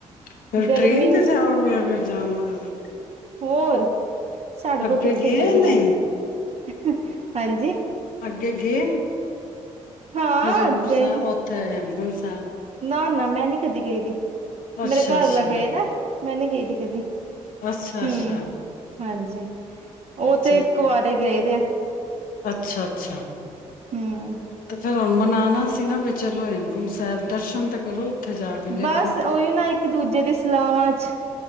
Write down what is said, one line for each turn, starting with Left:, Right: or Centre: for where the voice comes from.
Left: ਫੇਰ
Right: ਗਰਮੀ
Left: ਟ੍ਰੇਨ ਤੇ ਜਾਓਗੇ ਅਗਰ ਜਾਨਾ ਏ।
Right: ਹੋਰ। ਸਾਡੇ ਕੋਲ
Left: ਅੱਗੇ
Right: ਕਿੱਥੇ
Left: ਗਏ
Right: ਗੱਡੀਆਂ
Left: ਨਹੀਂ।
Right: <inaudible> ਹਾਂਜੀ
Left: ਅੱਗੇ ਗਏ।
Right: ਹਾਂ
Left: ਹਜ਼ੂਰ
Right: ਗਏ
Left: ਸਾਹਿਬ
Right: ਨੇ
Left: ਉੱਥੇ ਹੇਮ। ਕੁੰਟ ਸਾਹਿਬ।
Right: ਨਾ, ਨਾ ਮੈਂ ਨੀ ਕਦੀ ਗਈਦੀ।
Left: ਅੱਛਾ
Right: ਮੇਰੇ ਘਰ
Left: ਅੱਛਾ
Right: ਵਾਲਾ ਗਏ ਦਾਏ। ਮੈਂ ਨੀ ਗਈ ਦੀ ਕਦੀ।
Left: ਅੱਛਾ
Right: ਹੁੰ,
Left: ਅੱਛਾ ਅੱਛਾ ਅੱਛਾ
Right: ਹਾਂਜੀ ਉਹ
Left: ਚਲੋ
Right: ਤੇ ਕੁਆਰੇ ਗਏ ਦੇ ਏ।
Left: ਅੱਛਾ, ਅੱਛਾ।
Right: ਹਮ
Left: ਤੇ ਫੇਰ ਹੁਣ ਮਨਾਨਾ ਸੀ ਨਾ ਚਲੋ ਹੇਮਕੁੰਮਠ ਸਾਹਿਬ ਦਰਸ਼ਨ ਤਾਂ ਕਰੋ। ਉੱਥੇ ਜਾ ਕੇ ਵੇਖੋ
Right: ਬਸ ਓਈਯੋ ਨਾ ਇੱਕ ਦੂਜੇ ਦੀ ਸਲਾਹਵਾਂ ਚ